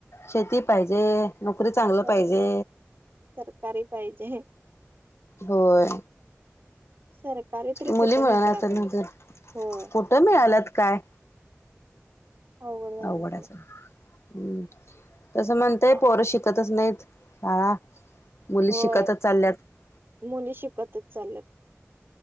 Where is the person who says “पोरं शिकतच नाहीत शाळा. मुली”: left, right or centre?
Left